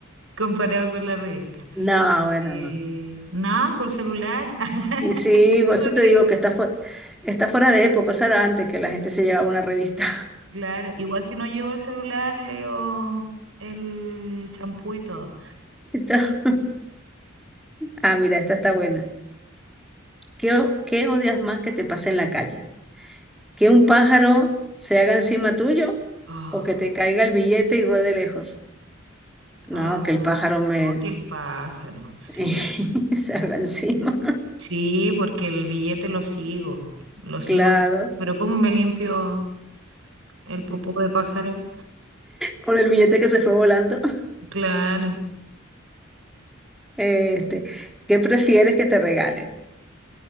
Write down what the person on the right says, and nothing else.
comparado con la revista.
Eh,
nada, por celular. <laughs>
No,
que-
Claro, igual si no llevo el celular, leo el champú y todo.
Ay,
ah,
no, que el pájaro, sí.
Sí, porque el billete lo sigo, lo sigo.
Pero ¿cómo me limpio el popó de pájaro?
Claro,